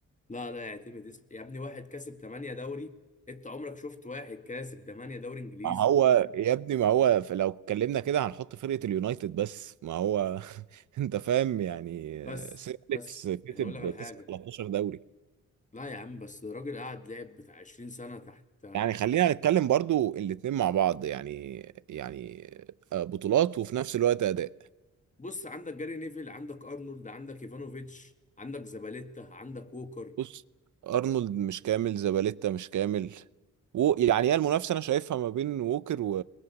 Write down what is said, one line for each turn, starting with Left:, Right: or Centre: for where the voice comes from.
Left: لا لا يعتمد اسم يا ابني واحد كسب 8 دوري انت عمرك شفت واحد كاسب 8 دوري انجليزي
Right: ما هو يا ابني ما هو ف- لو اتكلمنا كده هنحط فرقة اليونايتد بس ما هو <laughs> انت فاهم يعني
Left: بس
Right: آه، سير
Left: بس
Right: أليكس كسب
Left: يعني اقول لك على حاجه
Right: كسب 13 دوري
Left: لا يا عم بس الراجل قعد لعب بتاع 20 سنة تحت يعني
Right: يعني خلينا نتكلم برضو الاتنين مع بعض يعني يعني آه، بطولات وفي نفس الوقت أداء
Left: بص عندك جاري نيفل عندك ارنولد عندك ايفانوفيتش عندك زباليتا عندك ووكر
Right: بص أرنولد مش كامل زباليتا مش كامل و يعني هي المنافسة أنا شايفها ما بين ووكر و...